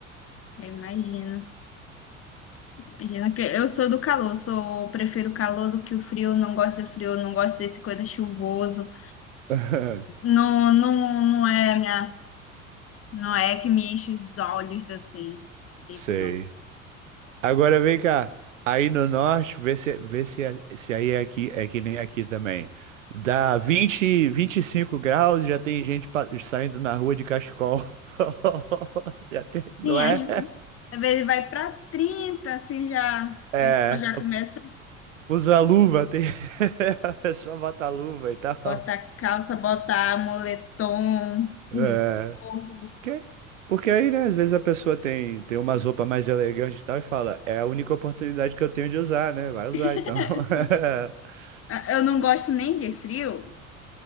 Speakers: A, on the left; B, on the right.
A: eu imagino. Imagina que eu sou do calor, sou, prefiro o calor do que o frio, não gosto do frio, não gosto desse coisa chuvoso.
B: <laughs>
A: Não, não, não é minha, não é que me enche os olhos assim. Tipo,
B: Sei.
A: não.
B: Agora vem cá. Aí no norte, vê se, vê se, se aí é aqui, é que nem aqui também. Dá vinte vinte e cinco graus, já tem gente pa- saindo na rua de cachecol. <laughs> Já tem, não
A: Sim,
B: é?
A: às vezes, às vezes vai para 30 assim já, o
B: É.
A: pessoal já começa.
B: Usa a luva, tem... <laughs> a pessoa bota a luva e tal.
A: Botar calça, botar moletom
B: É.
A: no corpo.
B: Que? Porque aí, né, às vezes a pessoa tem, tem umas roupas mais elegantes e tal e fala, é a única oportunidade que eu tenho de usar, né? Vai usar,
A: <laughs>
B: então.
A: Sim.
B: <laughs>
A: Eu não gosto nem de frio,